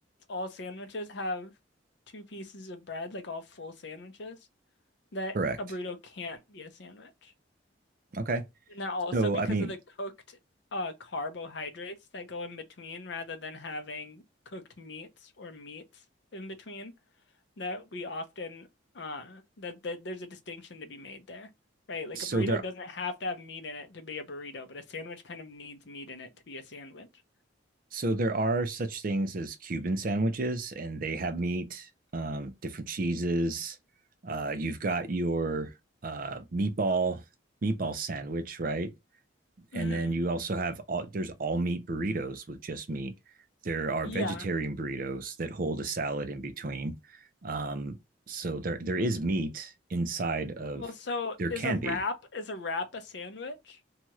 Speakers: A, on the left (about 60°); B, on the right (about 45°).
A: all sandwiches have two pieces of bread, like all full sandwiches, that
B: correct.
A: a burrito can't be a sandwich.
B: Okay.
A: And they also
B: So
A: because
B: I mean,
A: of the cooked uh, carbohydrates that go in between rather than having cooked meats or meats in between that we often uh that, that there's a distinction to be made there, right? Like
B: so
A: a burrito
B: there
A: doesn't have to have meat in it to be a burrito, but a sandwich kind of needs meat in it to be a sandwich.
B: so there are such things as Cuban sandwiches and they have meat, um different cheeses. Uh you've got your uh meatball meatball sandwich, right?
A: hmm
B: and then you also have all there's all meat burritos with just meat. There are
A: Yeah.
B: vegetarian burritos that hold a salad in between. Um, so there there is meat inside of
A: Well, so
B: there
A: is
B: can
A: a wrap
B: be.
A: is a wrap a sandwich?